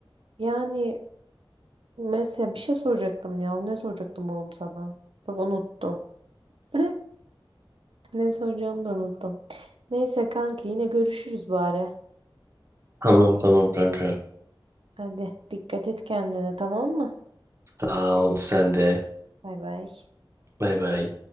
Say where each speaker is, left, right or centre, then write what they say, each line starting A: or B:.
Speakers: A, on the right; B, on the right.
A: Yani Mesela bir şey soracaktım ya. Ne soracaktım oğlum sana? Bak unuttum. <laughs> Ne soracağımı da unuttum. Neyse kanki yine görüşürüz bari.
B: Tamam tamam kanka.
A: Hadi dikkat et kendine tamam mı?
B: Sağ ol sen de.
A: Bay bay.
B: Bay bay.